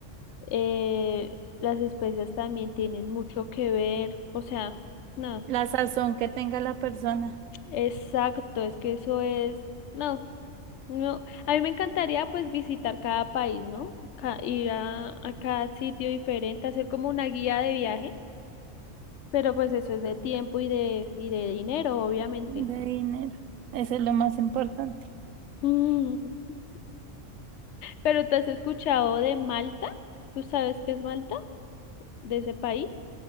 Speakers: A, on the left (about 65°); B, on the right (about 85°).
A: eh, las especias también tienen mucho que ver, o sea, no,
B: La sazón que tenga la persona
A: exacto, es que eso es... No, No, a mí me encantaría pues visitar cada país, ¿no? Ca- ir a, a cada sitio diferente, hacer como una guía de viaje, pero pues eso es de tiempo y de, y de dinero, obviamente.
B: de dinero. Eso es lo más importante.
A: Mm. <laughs> Pero ¿te has escuchado de Malta? ¿Tú sabes qué es Malta? De ese país.